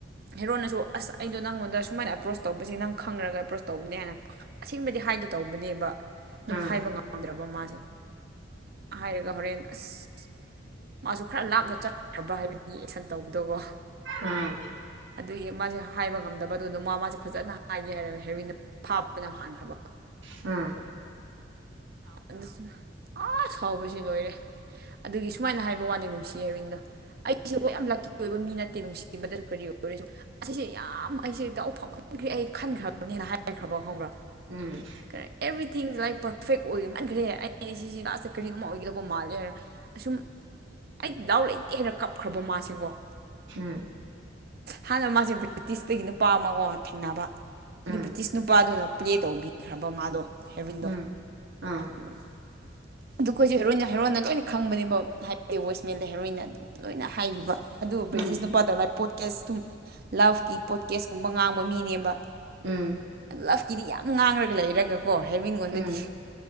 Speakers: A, on the right (about 50°); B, on the right (about 75°).
A: ꯍꯦꯔꯣꯟꯅꯁꯨ ꯑꯁ ꯑꯩꯗꯣ ꯅꯪꯉꯣꯟꯗ ꯁꯨꯃꯥꯏꯅ ꯑꯦꯄ꯭ꯔꯣꯁ ꯇꯧꯕꯁ ꯅꯪ ꯈꯪꯔꯒ ꯑꯦꯄ꯭ꯔꯣꯁ ꯇꯧꯕꯅꯦ ꯍꯥꯏꯅ ꯑꯁꯦꯡꯕꯗꯤ ꯍꯥꯏꯒꯦ ꯇꯧꯕꯅꯦꯕ ꯑꯗꯨꯕꯨ
B: ꯎꯝ
A: ꯍꯥꯏꯕ ꯉꯝꯗ꯭ꯔꯕ ꯃꯥꯁꯦ ꯍꯥꯏꯔꯒ ꯍꯣꯔꯦꯟ ꯑꯁ ꯃꯥꯁꯨ ꯈꯔ ꯂꯥꯞꯅ ꯆꯠꯈ꯭ꯔꯕ ꯍꯥꯏꯕꯗꯤ ꯑꯦꯛꯁꯟ ꯇꯧꯕꯗꯕꯣ
B: ꯑ
A: ꯑꯗꯨꯒꯤ ꯃꯥꯁꯦ ꯍꯥꯏꯕ ꯉꯝꯗꯕ ꯑꯗꯨꯅ ꯃꯥ ꯃꯥꯁꯦ ꯐꯖꯅ ꯍꯥꯏꯒꯦ ꯍꯥꯏꯔꯒ ꯍꯦꯔꯣꯏꯟꯅ ꯐꯥꯕꯅ ꯍꯥꯟꯈ꯭ꯔꯕ
B: ꯍꯝ
A: <unintelligible> ꯑ ꯁꯥꯎꯕꯁꯦ ꯂꯣꯏꯔꯦ ꯑꯗꯨꯒꯤ ꯁꯨꯃꯥꯏꯅ ꯍꯥꯏꯕ ꯋꯥꯅꯤ ꯅꯨꯡꯁꯤ ꯍꯔꯤꯟꯗꯣ ꯑꯩꯁꯦ ꯌꯥꯝ ꯂꯛꯀꯤ ꯑꯣꯏꯕ ꯃꯤ ꯅꯠꯇꯦ ꯅꯨꯡꯁꯤꯕꯗ ꯀꯔꯤ ꯑꯣꯏꯔꯁꯨ ꯑꯁꯤꯁꯦ ꯌꯥꯝ ꯑꯩꯁꯦ ꯇꯥꯎ ꯐꯝꯃꯟꯈ꯭ꯔꯦ ꯑꯩ ꯈꯟꯈ꯭ꯔꯕꯅꯤꯅ ꯍꯥꯏꯈ꯭ꯔꯕ ꯈꯪꯕ꯭ꯔꯥ
B: ꯎꯝ
A: ꯀꯔ ꯑꯦꯕ꯭ꯔꯤꯊꯤꯡꯁ ꯂꯥꯏꯛ ꯄꯔꯐꯦꯛ ꯑꯣꯏ ꯃꯟꯈ꯭ꯔꯦ ꯑꯩ ꯁꯤꯁꯦ ꯂꯥꯁꯇ ꯀꯔꯤ ꯑꯃ ꯑꯣꯏꯒꯗꯕ ꯃꯥꯜꯂꯦ ꯑꯁꯨꯝ ꯑꯩ ꯗꯥꯎ ꯂꯩꯇꯦ ꯍꯥꯏꯔ ꯀꯞꯈ꯭ꯔꯕ ꯃꯥꯁꯦꯀꯣ
B: ꯍꯨꯝ
A: ꯍꯥꯟꯅ ꯃꯥꯁꯦ ꯕ꯭ꯔꯤꯇꯤꯁꯇꯒꯤ ꯅꯄꯥꯥꯝꯃꯀꯣ ꯊꯦꯡꯅꯕ
B: ꯎꯝ
A: ꯑꯗꯨ ꯕ꯭ꯔꯤꯇꯤꯁ ꯅꯨꯄꯥꯗꯨꯅ ꯄ꯭ꯂꯦ ꯇꯧꯕꯤꯈ꯭ꯔꯕ ꯃꯥꯗꯣ ꯍꯦꯔꯣꯏꯟꯗꯣ
B: ꯎꯝ ꯑꯥ
A: <inaudible> ꯑꯗꯨꯈꯣꯏꯁꯦ ꯍꯦꯔꯣꯏꯟ ꯍꯦꯔꯣꯅ ꯂꯣꯏꯅ ꯈꯪꯕꯅꯦꯕ ꯍꯥꯏꯕꯗꯤ ꯋꯣꯁꯃꯦꯟꯗ ꯍꯦꯔꯣꯏꯟꯅ ꯑꯗꯨꯝ ꯂꯣꯏꯅ ꯍꯥꯏꯕꯤꯕ ꯑꯗꯨ ꯕ꯭ꯔꯤꯇꯤꯁ
B: ꯎꯝ
A: ꯅꯨꯄꯥꯗꯣ ꯂꯥꯏ ꯄꯣꯠꯀꯦꯁ ꯑꯗꯨꯝ ꯂꯞꯀꯤ ꯄꯣꯠꯀꯦꯁ ꯀꯨꯝꯕ ꯉꯥꯡꯕ ꯃꯤꯅꯦꯕ
B: ꯎꯝ
A: ꯂꯞꯀꯤꯗꯤ ꯌꯥꯝ ꯉꯥꯡꯔꯒ ꯂꯩꯔꯒꯀꯣ ꯍꯦꯔꯣꯏꯟꯉꯣꯟꯗꯗꯤ
B: ꯎꯝ ꯎꯝ